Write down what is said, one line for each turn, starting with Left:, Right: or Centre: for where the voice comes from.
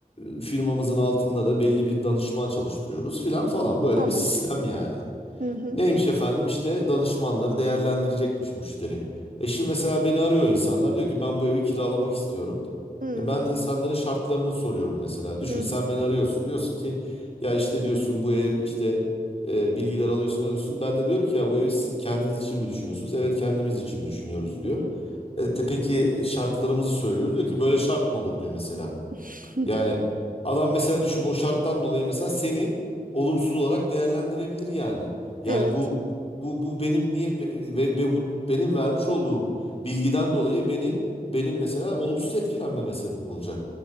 Left: e, firmamızın altında da belli bir danışman çalıştırıyoruz filan falan. Böyle
Right: tamam
Left: bir sistem yani.
Right: hı hı.
Left: Neymiş efendim işte danışmanları değerlendirecekmiş müşteri. E şimdi mesela beni arıyor insanlar diyor ki ben bu evi kiralamak istiyorum.
Right: Hı hı.
Left: E ben insanların şartlarını soruyorum mesela. Düşün
Right: Hı
Left: sen
Right: hı.
Left: beni arıyorsun diyorsun ki ya işte diyorsun bu ev işte e, bilgiler alıyorsun alıyorsun. Ben de diyorum ki ya bu evi siz kendiniz için mi düşünüyorsunuz? Evet kendimiz için düşünüyoruz diyor.
Right: hı.
Left: E, te, peki şartlarımızı söylüyoruz diyor ki böyle şart mı olur diyor mesela.
Right: <laughs>
Left: Yani adam mesela düşün o şarttan dolayı mesela seni olumsuz olarak değerlendirebilir yani. Yani
Right: evet
Left: bu bu bu benim niye ve, ve bu benim vermiş olduğum bilgiden dolayı beni benim mesela olumsuz etkilenmeme sebep olacak.